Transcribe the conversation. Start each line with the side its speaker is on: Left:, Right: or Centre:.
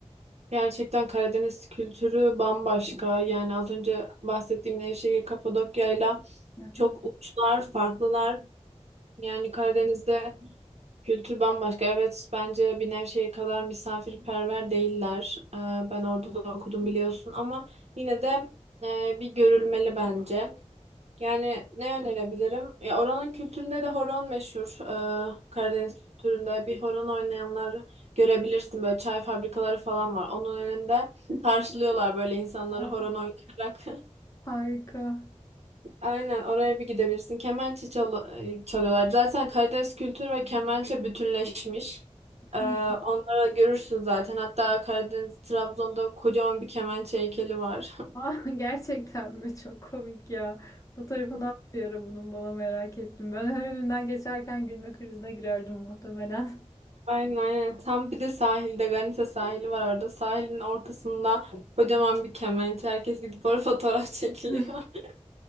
Right: Gerçekten Karadeniz kültürü bambaşka. Yani az önce bahsettiğim Nevşehir, Kapadokya'yla
Left: Aha.
Right: çok uçlar, farklılar. Yani Karadeniz'de kültür bambaşka. Evet, bence bir Nevşehir kadar misafirperver değiller. E, ben orada da okudum biliyorsun ama yine de e, bir görülmeli bence. Yani ne önerebilirim? Ya oranın kültüründe de horon meşhur. Ee, Karadeniz kültüründe bir horon oynayanlar görebilirsin. Böyle çay fabrikaları falan var. Onun önünde karşılıyorlar böyle insanları
Left: Aa,
Right: horon oynayarak.
Left: Harika. <laughs>
Right: <laughs> Aynen oraya bir gidebilirsin. Kemençe çal- çalıyorlar. Zaten Karadeniz kültürü ve kemençe bütünleşmiş. Ee,
Left: Hı.
Right: onları görürsün zaten. Hatta Karadeniz Trabzon'da kocaman bir kemençe heykeli var.
Left: Ah, gerçekten mi? Çok komik ya. Fotoğrafını
Right: <laughs>
Left: at bir ara bunun bana merak ettim. Ben her önünden geçerken gülme krizine girerdim muhtemelen.
Right: Aynen aynen. Tam bir de sahilde Ganita sahili var orada. Sahilin ortasında kocaman bir kemençe. Herkes gidip orada fotoğraf çekiliyor.
Left: <laughs>
Right: <laughs>